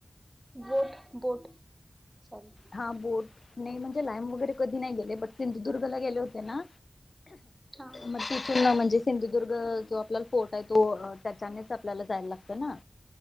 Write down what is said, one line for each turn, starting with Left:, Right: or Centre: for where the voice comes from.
Right: बोट बोट सॉरी
Left: हा बोट नाही म्हणजे लाईम वगैरे कधी नाही गेले बट सिंधुदुर्गला गेले होते ना
Right: हां
Left: म त सु ना म्हण ज सिंधुदुर्ग जो आपल्याला आहे तो त्या आपल्याला जायला लागत ना